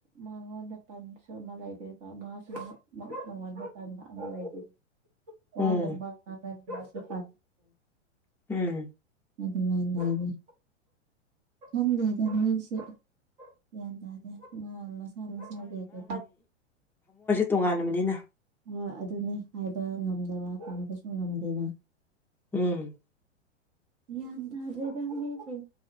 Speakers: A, on the right; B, in the centre.
A: ꯃꯉꯣꯟꯗ ꯄꯟꯁꯨ ꯑꯃ ꯂꯩꯗꯔꯤꯕ ꯃꯥꯁꯨ ꯃꯉꯣꯟꯗ ꯇꯟꯕꯥ ꯑꯃꯂꯩꯔꯤ ꯋꯥꯒꯃ
B: ꯎꯝ
A: ꯉꯅꯁ ꯇꯥꯟꯣ
B: ꯎꯝ
A: ꯑꯗꯨ ꯃꯥꯏ ꯂꯩꯏꯗꯤ ꯈꯪꯗꯦꯗ ꯅꯣꯏꯁꯦ ꯒ꯭ꯌꯥꯟ ꯇꯥꯗꯦ ꯑ ꯃꯁꯥ ꯃꯁꯥ ꯀ ꯀꯦ
B: ꯇꯣꯉꯜꯂꯕꯅꯤꯅ
A: ꯍꯣꯏ ꯑꯗꯨꯅꯦ ꯍꯥꯏꯕ ꯉꯝꯗꯕ ꯇꯝꯕꯁꯨ ꯉꯝꯗꯦꯅ
B: ꯎꯝ
A: ꯒꯌ꯭ꯥꯟ ꯇꯥꯗꯦꯗꯥ ꯃꯤꯁꯤꯡ